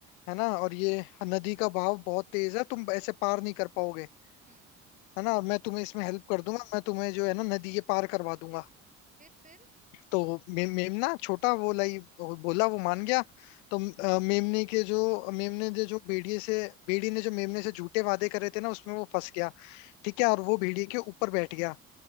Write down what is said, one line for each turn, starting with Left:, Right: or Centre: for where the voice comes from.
Left: है
Right: अच्छा
Left: ना और ये नदी का बहाव बहुत तेज है तुम ऐसे पार नहीं कर पाओगे
Right: हम्म
Left: है ना और मैं तुम्हें इसमें हेल्प कर दूंगा मैं तुम्हें जो है ना नदी ये पार करवा दूंगा
Right: फिर फिर
Left: तो मे, मेमना छोटा वो लाई वो बोला वो मान गया तो
Right: हाँ
Left: अ, मेमने के जो मेमने ने जो भेड़िए से भेड़ी ने जो मेमने से झूठे वादे करे थे ना उसमें वो
Right: हम्म
Left: फंस गया ठीक है और वो भेड़िए के ऊपर बैठ गया